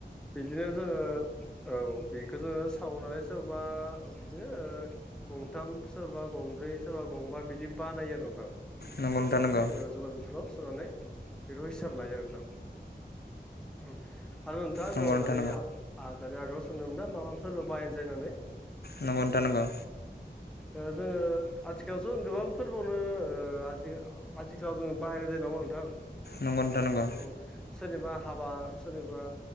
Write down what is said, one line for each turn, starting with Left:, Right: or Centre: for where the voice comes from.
Centre: बिदिनो जोङो औ बेखौ जोङो सावनानै सोरबा बिदिनो ओ गंथाम सोरबा गंब्रै सोरबा गंबा बिदि बानायो आरो नोंथां
Left: नंगौ
Centre: बथलाव
Left: नंगौ नोंथां नंगौ
Centre: बै जुमाय बथलाव नानै बेखौ हिसाब लायो आरो नोंथां औ आरो नोंथाङा
Left: नंगौ
Centre: आंनाव
Left: नोंथां
Centre: दानि आ दानि आगोलाव सोंदोंमोन ना मा मा फोरबोआव बाहायनाय जायो होनानै
Left: नंगौ नोंथां नंगौ
Centre: ओ जोङो आथिखालावथ' जों गोबां फोरबोआवनो ओ आथिखालाव जोङो बाहायनाय जायो नङा होमबा नोंथां
Left: नंगौ नोंथां नंगौ
Centre: औ सोरनिबा हाबा सोरनिबा